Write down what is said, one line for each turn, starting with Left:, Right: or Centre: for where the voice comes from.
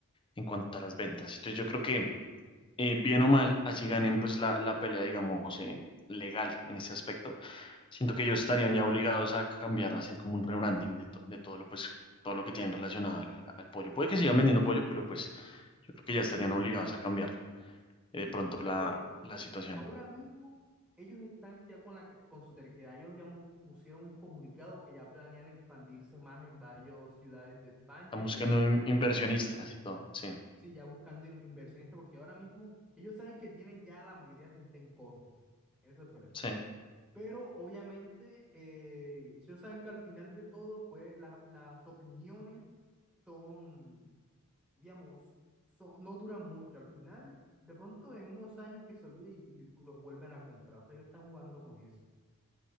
Left: En cuanto a las ventas. Entonces yo creo que eh, bien o mal, así ganen pues la, la pelea, digamos, eh, legal en ese aspecto. Siento que ellos estarían ya obligados a cambiar, hacen como un rebranding de, to- de todo lo, pues, todo lo que tienen relacionado al, al pollo. Puede que sigan vendiendo pollo, pero pues yo creo que ya estarían obligados a cambiar eh, de
Centre: Sí,
Left: pronto
Centre: por supuesto.
Left: la, la situación.
Centre: Ahora mismo ellos están ya con, la, con su terquedad. Ellos ya mon- pusieron un comunicado que ya planean expandirse más en varias ciudades de España
Left: Están buscando
Centre: y en toda
Left: in-
Centre: Europa.
Left: inversionistas y todo, sí,
Centre: Sí, ya buscando in- inversionistas, porque ahora mismo ellos saben que tienen ya la mayoría de gente en contra. Eso es verdad.
Left: sí,
Centre: Pero obviamente, eh, ellos saben que al final de todo, pues la- las opiniones son, digamos, son, no duran mucho. Al final, de pronto en unos años que se olviden y, y los vuelven a comprar. O sea, ellos están jugando con eso.